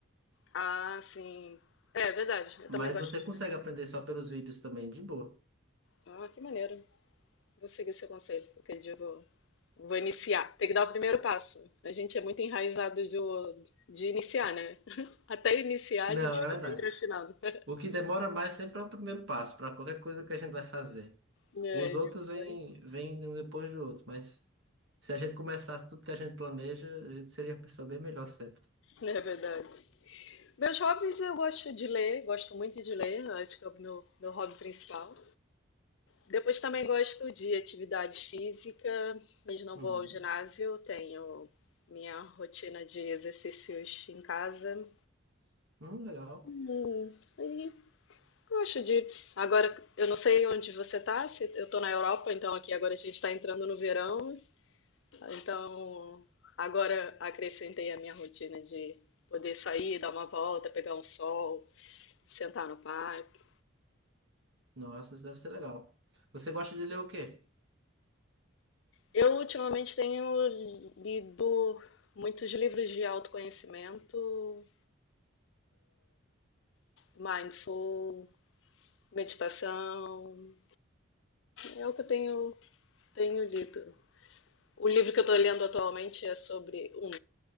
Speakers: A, on the left; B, on the right.
A: Ah, sim. É verdade, eu
B: Mas
A: também gosto
B: você
A: de
B: consegue
A: jogar.
B: aprender só pelos vídeos também, de boa.
A: Ah, que maneiro. Vou seguir seu conselho, porque eu digo, vou iniciar. Tem que dar o primeiro passo. A gente é muito enraizado do- de iniciar, né? <laughs> Até iniciar
B: Não,
A: a gente
B: é
A: fica
B: verdade.
A: procrastinando. <laughs>
B: O que demora mais sempre é o primeiro passo, para qualquer coisa que a gente vai fazer.
A: É, e aí,
B: Os outros
A: depois.
B: vêm, vêm um depois do outro, mas se a gente começasse tudo que a gente planeja, a gente seria uma pessoa bem melhor sempre.
A: É verdade. Meus hobbies, eu gosto de ler, gosto muito de ler, acho que é o meu, meu hobby principal. Depois também gosto de atividade física, mas não
B: Uhum.
A: vou ao ginásio, tenho minha rotina de exercícios em casa.
B: Hum, legal.
A: Hum, e gosto de. Agora, eu não sei onde você está. eu estou na Europa, então aqui agora a gente está entrando no verão, então agora acrescentei a minha rotina de poder sair, dar uma volta, pegar um sol, sentar no parque.
B: Nossa, isso deve ser legal. Você gosta de ler o quê?
A: Eu ultimamente tenho lido muitos livros de autoconhecimento, mindful, meditação. É o que eu tenho, tenho lido. O livro que eu estou lendo atualmente é sobre um,